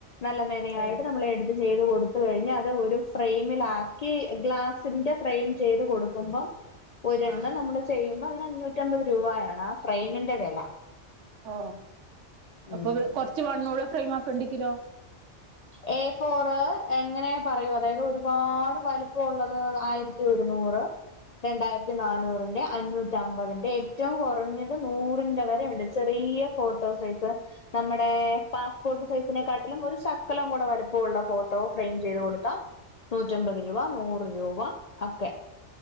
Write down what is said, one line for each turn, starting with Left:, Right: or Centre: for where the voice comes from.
Left: നല്ല മേനയായിട്ട്
Right: ഓ
Left: നമ്മള് എടുത്ത് ചെയ്ത് കൊടുത്ത കഴിഞ്ഞ അത് ഒരു ഫ്രെയിമിലാക്കി ഗ്ലാസിന്റെ ഫ്രെയിം ചെയ്ത് കൊടുക്കുമ്പം ഒരെണ്ണം
Right: ആഹ്
Left: നമ്മള് ചെയ്യുമ്പോ അതിന് അഞ്ഞൂറ്റമ്പത് രൂപയാണാ ആ ഫ്രെയിമിന്റെ വെല.
Right: ഓ അപ്പൊ
Left: ഉം
Right: പി കൊർച്ച് വണ്ണൂള്ള ഫ്രെയിം ആക്കണ്ടിങ്കിലോ?
Left: എ ഫോറ് എങ്ങനെ പറയൂ അതായത് ഒരുപാട് വലുപ്പള്ളത് ആയിരത്തി ഒരുനൂറ്
Right: <inaudible>
Left: രണ്ടായിരത്തി നാനൂറിന്റെ അഞ്ഞൂറ്റമ്പതിന്റെ ഏറ്റവും കുറഞ്ഞത് നൂറിന്റെ വരെ ഉണ്ട് ചെറിയ ഫോട്ടോ സൈസ്. നമ്മുടെ പാസ്പോർട്ട് സൈസിനെക്കാട്ടിലും ഒരു ശക്കലം കൂടെ വലുപ്പോള്ള ഫോട്ടോ ഫ്രെം ചെയ്ത് കൊടുത്ത നൂറ്റമ്പത് രൂപ, നൂറ് രൂപ ഒക്കെ.